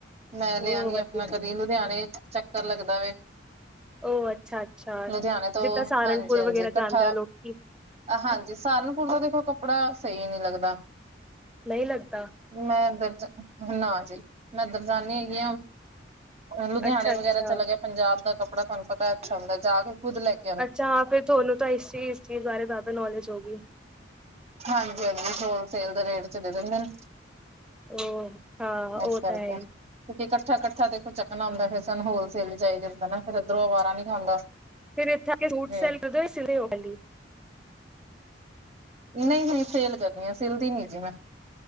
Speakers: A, on the right; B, in the centre.
A: ਮੈਂ
B: ਉਹ
A: ਲਿਆ ਨੀ
B: ਵਧੀਆ
A: ਆ ਆਪਣਾ ਕ ਦੀ ਲੁਧਿਆਣੇ ਚੱਕਰ ਲੱਗਦਾ ਵੇ।
B: ਉਹ ਅੱਛਾ ਅੱਛਾ
A: ਲੁਧਿਆਣੇ ਤੋਂ
B: ਜਿੱਦਾਂ ਸਹਾਰਨਪੁਰ
A: ਹਾਂਜੀ-ਹਾਂਜੀ
B: ਵਗੈਰਾ
A: ਕੱਠਾ
B: ਜਾਂਦੇ ਆ ਲੋਕੀ
A: ਹਾਂਜੀ, ਸਹਾਰਨਪੁਰ ਦਾ ਦੇਖੋ ਕੱਪੜਾ ਸਈ ਨੀ ਲੱਗਦਾ।
B: ਨਈ ਲੱਗਦਾ।
A: ਮੈਂ ਏਧਰ ਨਾ ਜੀ, ਮੈਂ ਏਧਰ ਜਾਂਦੀ ਹੈਗੀ ਆਂ। ਲੁਧਿਆਣੇ
B: ਅੱਛਾ
A: ਵਗੈਰਾ
B: ਅੱਛਾ
A: ਚਲਾ ਗਿਆ ਪੰਜਾਬ ਦਾ ਕੱਪੜਾ ਤੁਹਾਨੂੰ ਪਤਾ ਅੱਛਾ ਹੁੰਦਾ, ਜਾ ਕੇ ਖੁਦ ਲੈ ਕੇ
B: ਅੱਛਾ, ਹਾਂ ਫਿਰ ਥੋਨੂੰ ਤਾਂ ਇਸ ਚੀ ਇਸ ਚੀਜ਼ ਬਾਰੇ ਜ਼ਿਆਦਾ ਨੌਲੇਜ ਹੋਗੀ।
A: ਹਾਂਜੀ-ਹਾਂਜੀ, ਹੋਲਸੇਲ ਦੇ ਰੇਟ ਚ ਦੇ ਦਿੰਦੇ ਨੇ।
B: ਉਹ ਹਾਂ ਉਹ
A: ਇਸ ਕਰਕੇ
B: ਤਾਂ ਹੈ ਹੀ
A: ਕਿਉਂਕਿ ਕੱਠਾ-ਕੱਠਾ ਦੇਖੋ ਚੱਕਣਾ ਹੁੰਦਾ, ਫਿਰ ਸਾਨੂੰ ਹੋਲ ਸੇਲ ਵਿਚ ਆਈ ਜਾਂਦਾ ਨਾ। ਫਿਰ ਇੱਧਰੋਂ ਅਵਾਰਾ
B: ਫੇਰ
A: ਨੀ ਖਾਂਦਾ
B: ਏਥੇ ਆ ਕੇ ਸੂਟ
A: ਰੇਟ
B: ਸੈਲ ਕਰਦੇ ਓ ਯਾ ਸਿਲਦੇ ਓ ਪੈਲੀ। <unintelligible>
A: ਨਹੀਂ ਹੁਣ ਸੇਲ ਕਰਨੀ ਆ ਸਿਲਦੀ ਨੀ ਜੀ ਮੈਂ।